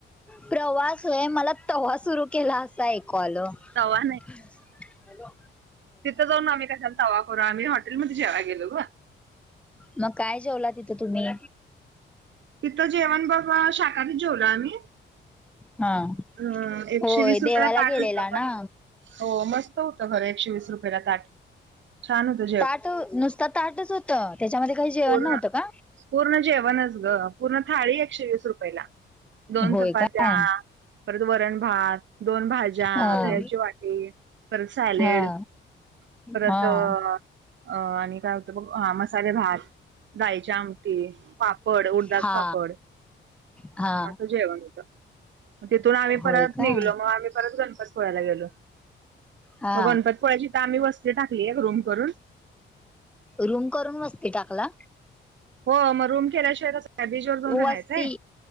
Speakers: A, in the centre; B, on the right.
A: प्रवासय मला तवा्हा सुरू केला असा ऐकू आल हॅलो
B: तवा तिथ जाऊन आम्ही कशान तवाखो आ्ही हॉटेलमध्ये जे गेलो
A: मग काय जेवला तिथं तुम्ही
B: तिथं जेवण बाबा शाखाारी जेवलो आम्ही
A: हा
B: अ एकशे
A: होय
B: वीस
A: देवाला
B: रुपयाला ताट
A: गेलेला
B: होत
A: ना
B: पण हो मस्त होत खर एकशे वीस रुपयाेला ताट छान होत
A: ताट नुसत ताटच होतं त्याच्यामध्ये काही जेवण
B: पूर्ण
A: नव्हतं का
B: पूर्ण जेवणस ग पूर्ण थाळी एकशे वीस रुपयेला दोन
A: होय
B: चपात्या
A: काय
B: परत वरण भात दोन भाजी भाज्या
A: हा
B: दयाची वाटी परत सॅलेड
A: हा
B: परत
A: हा
B: अ आणि काय होतं बघ हा मसाले भात डाळीचे आमटी पापड उरतात
A: हा
B: पापड
A: हा
B: असं जेवण होतं तिथून आम्ही
A: होय
B: परत
A: काय
B: निघलो मग आम्ही परत गणपती पोळ्याला गेलो
A: हा
B: मग गणपतपोळ्याची इथ आम्ही वस्तती टाकली एक रूम करून
A: रूम करून बसते टाकला
B: हो मग रूम केल्याशिवाय कस बीच वर जाऊन राहायचंय
A: वस्ती